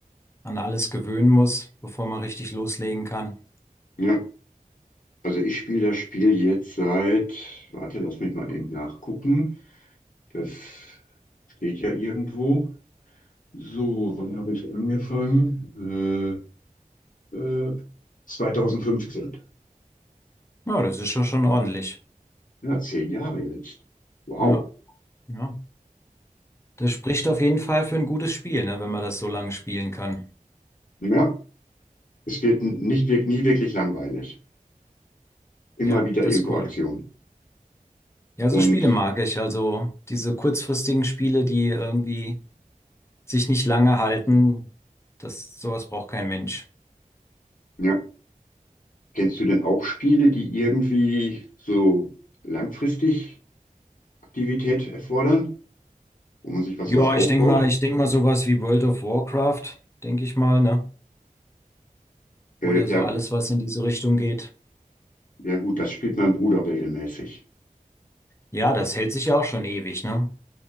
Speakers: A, on the left; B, on the left.
A: an alles gewöhnen muss, bevor man richtig loslegen kann.
B: Ja, also ich spiele das Spiel jetzt seit, warte, lass mich mal eben nachgucken. Das steht ja irgendwo. So, wann habe ich angefangen? Äh, äh, 2015.
A: Ja, das ist schon schon ordentlich.
B: Ja, zehn Jahre jetzt. Wow.
A: Ja, ja. Das spricht auf jeden Fall für ein gutes Spiel, ne, wenn man das so lange spielen kann.
B: Ja, es wird n- nicht, wirk- nie wirklich langweilig. Immer
A: Ja,
B: wieder
A: das
B: irgendwo
A: ist cool.
B: Aktion.
A: Ja,
B: Und
A: so Spiele mag ich. Also diese kurzfristigen Spiele, die irgendwie sich nicht lange halten, das, sowas braucht kein Mensch.
B: Ja. Kennst du denn auch Spiele, die irgendwie so langfristig Aktivität erfordern, wo man sich was
A: Ja,
B: sowas aufbaut?
A: ich denke mal, ich denke mal sowas wie World of Warcraft, denke ich mal, ne?
B: Äh,
A: Oder
B: ja,
A: so alles, was in diese Richtung geht.
B: ja gut, das spielt mein Bruder regelmäßig.
A: Ja, das hält sich ja auch schon ewig, ne?